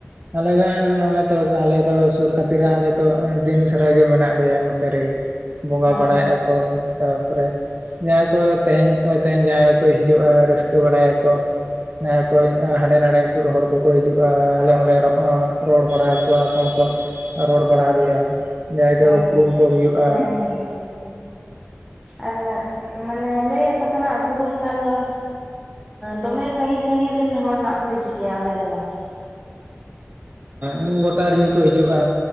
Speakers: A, on the right; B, in the centre.
A: ᱟᱞᱮᱭᱟᱜ ᱱᱚᱜᱚᱭ ᱛᱚ ᱟᱞᱮ ᱫᱚ ᱥᱩᱨ ᱠᱷᱟᱹᱛᱤᱨ ᱟᱞᱮ ᱫᱚ ᱫᱤᱱ ᱥᱟᱨᱟ ᱜᱮ ᱢᱮᱱᱟᱜ ᱞᱮᱭᱟ, ᱱᱚᱛᱮ ᱨᱮᱜᱮ ᱵᱚᱸᱜᱟ
B: ᱦᱮᱸ ᱦᱳᱭ
A: ᱵᱟᱲᱟᱭᱮᱫᱼᱟ
B: ᱦᱳᱭ
A: ᱠᱚ ᱛᱟᱨ ᱛᱟᱨᱯᱚᱨᱮ ᱡᱟᱦᱟᱸᱭ ᱠᱚ ᱛᱮᱦᱮᱧ ᱛᱮᱦᱤᱧ ᱡᱟᱦᱟᱸᱭ ᱠᱚ ᱦᱤᱡᱩᱜᱼᱟ ᱨᱟᱹᱥᱠᱟᱹ ᱵᱟᱲᱟᱭᱟᱠᱚ, ᱚᱠᱚᱭ ᱦᱟᱸᱰᱮ ᱱᱟᱰᱮ ᱦᱚᱲ ᱠᱚ, ᱠᱚ ᱦᱤᱡᱩᱜᱼᱟ ᱟᱞᱮ ᱦᱚᱸᱞᱮ ᱨᱚᱲ ᱵᱟᱲᱟᱣᱟ ᱟᱠᱚᱦᱚᱸ ᱟᱠᱚ ᱦᱚᱠᱚ ᱨᱚᱲ ᱵᱟᱲᱟ ᱟᱞᱮᱭᱟ, ᱡᱟᱭᱜᱟ
B: ᱟᱪᱪᱷᱟ
A: ᱩᱯᱨᱩᱢ ᱠᱚ ᱦᱩᱭᱩᱜᱼᱟ,
B: ᱟᱪᱪᱷᱟ ᱦᱮᱸ ᱦᱮᱸ ᱴᱷᱤᱠ ᱴᱷᱤᱠ ᱟᱨ ᱢᱟᱱᱮ ᱞᱟᱹᱭ ᱟᱠᱚ ᱛᱮ ᱵᱩᱨᱩ ᱵᱚᱸᱜᱟ ᱫᱚ ᱫᱚᱢᱮ, ᱥᱟᱺᱜᱤᱧ ᱥᱟᱺᱜᱤᱧ ᱨᱮᱱ ᱦᱚᱲ ᱱᱟᱜ ᱠᱚ ᱦᱤᱡᱩᱜ ᱜᱮᱭᱟ ᱚᱸᱰᱮ ᱫᱚ ᱵᱟᱝ,
A: ᱦᱳᱭ ᱜᱚᱴᱟ ᱨᱮᱱ ᱜᱮᱠᱚ ᱦᱤᱡᱩᱜᱼᱟ